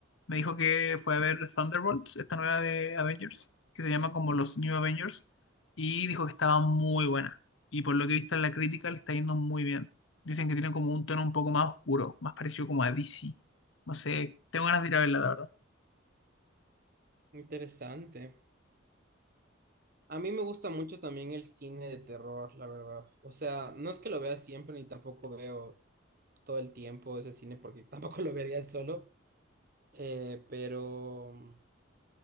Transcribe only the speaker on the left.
me dijo que fue a ver Thunderbolts, esta nueva de Avengers, que se llama como los New Avengers, y dijo que estaba muy buena y por lo que he visto en la crítica le está yendo muy bien. Dicen que tiene como un tono un poco más oscuro, más parecido como a DC. No sé, tengo ganas de ir a verla, la verdad.